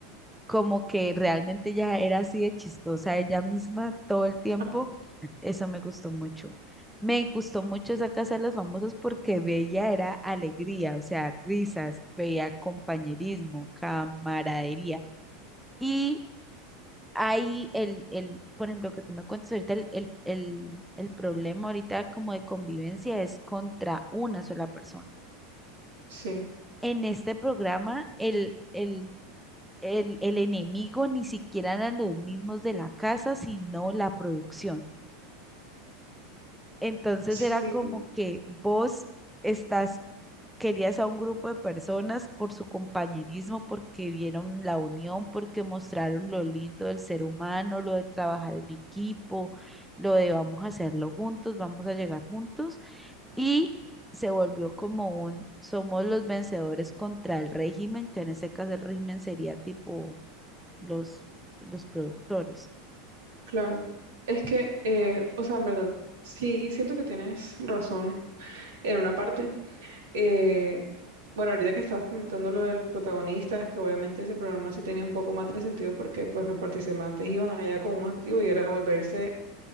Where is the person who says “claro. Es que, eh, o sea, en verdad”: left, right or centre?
Right